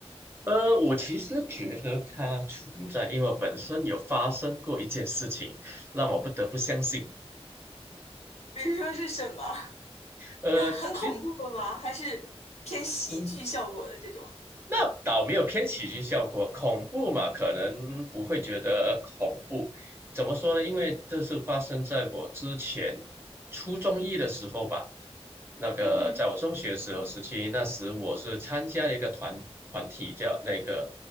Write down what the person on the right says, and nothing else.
呃，我其实觉得它存在，因为我本身有发生过一件事情，让我不得不相信。
呃，
其实。
嗯。那倒没有偏喜剧效果，恐怖嘛，可能不会觉得恐怖。怎么说呢？因为这是发生在我之前初中一的时候吧。那个在我中学时候时期，
那时我是参加了一个团团体，叫那个